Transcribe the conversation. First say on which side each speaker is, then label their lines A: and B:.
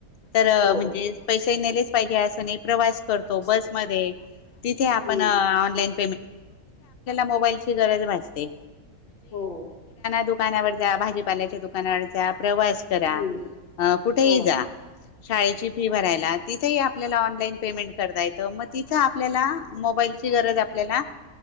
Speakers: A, on the left; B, on the left.
A: तर
B: हो.
A: म्हणजे पैसे नेलेच पाहिजे असं नाही प्रवास करतो
B: असं.
A: बसमध्ये तिथे आपण
B: हं.
A: ऑनलाईन मोबाईल ची गरज भासते
B: हो.
A: दुकानावर जा भाजीपाल्याच्या दुकानावर जा प्रवास करा
B: हम्म
A: अ कुठेही
B: हा
A: जा शाळेची फी भरायला तिथ आपल्याला ऑनलाईन पेमेंट करता येतं मग तिथ आपल्याला मोबाईल ची गरज आपल्याला